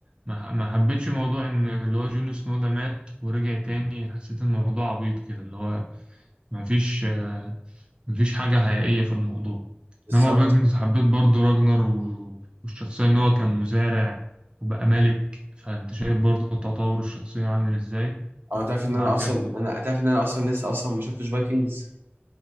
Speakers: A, on the right; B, on the right.
A: ما ما حبيتش موضوع إن اللي هو جون سنو ده مات ورجع تاني حسيت الموضوع عبيط كده اللي هو ما فيش مفيش حاجة حقيقية في الموضوع
B: بالظبط
A: إنما فايكنجز حبيت برضو راجنر و... والشخصية إن هو كان مزارع وبقى ملك فأنت شايف برضو تطور الشخصية عامل إزاي
B: انا تعرف ان
A: فعجبني
B: انا اصلا انا تعرف ان انا اصلا لسه اصلا ما شفتش فايكنجز